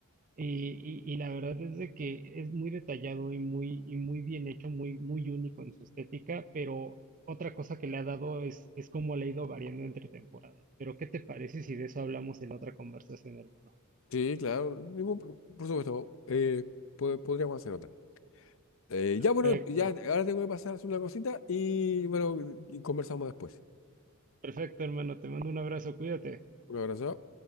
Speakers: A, on the right; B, on the left.
A: Y, y, y la verdad es de que es muy detallado y muy, y muy bien hecho, muy, muy único en su estética, pero otra cosa que le ha dado es, es cómo le ha ido variando entre temporadas. Pero ¿qué te parece si de eso hablamos en otra conversación, hermano?
B: Sí, claro, ningún- por supuesto, eh, po- podríamos hacer otra. Eh, ya, bueno,
A: Perfecto,
B: ya ahora tengo que pasar a hacer una cosita y bueno, y conversamos después.
A: perfecto, hermano. Te mando un abrazo, cuídate.
B: Un abrazo.